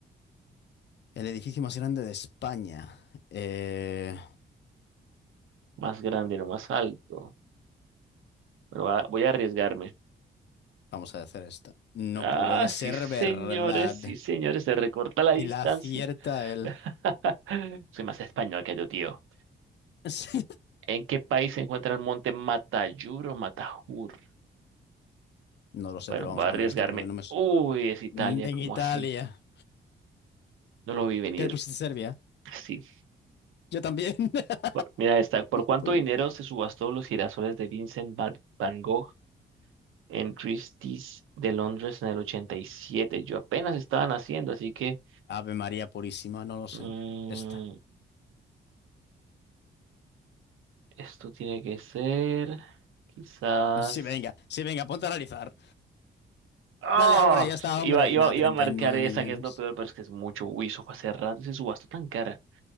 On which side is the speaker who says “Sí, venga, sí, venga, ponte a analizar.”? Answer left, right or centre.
Left